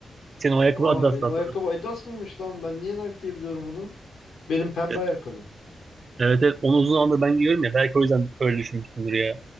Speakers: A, on the right; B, on the left.
A: Senin o ayakkabı
B: Aa
A: Adidas
B: benim
A: zaten.
B: ayakkabı Adidas mıymış lan? Ben niye Nike diye biliyorum onu? Benim pembe
A: Evet.
B: ayakkabı.
A: evet evet onu uzun zamandır ben giyiyorum ya. Belki o yüzden öyle düşünmüşsündür ya.